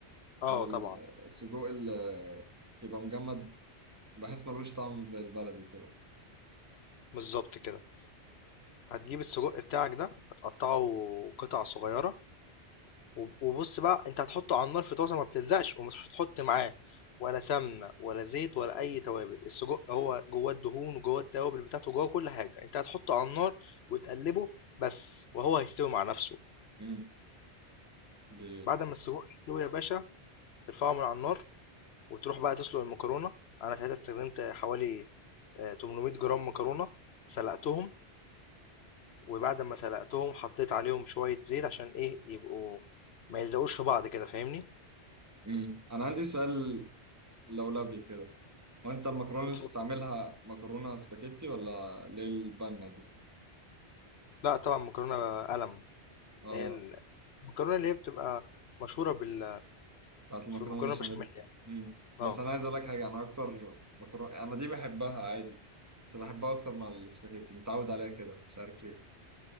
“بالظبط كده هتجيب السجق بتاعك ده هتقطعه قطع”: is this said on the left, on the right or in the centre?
Left